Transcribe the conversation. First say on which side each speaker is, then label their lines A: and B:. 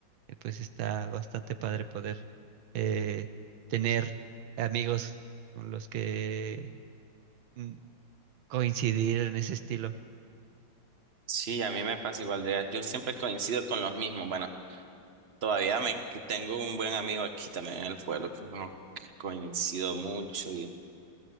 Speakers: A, on the right; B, on the right.
A: eh, pues está bastante padre poder eh, tener amigos con los que mm, coincidir en ese estilo.
B: sí, a mí me pasa igual de yo siempre coincido con los mismos. Bueno, todavía me que tengo un buen amigo aquí también en el pueblo que no que coincido mucho y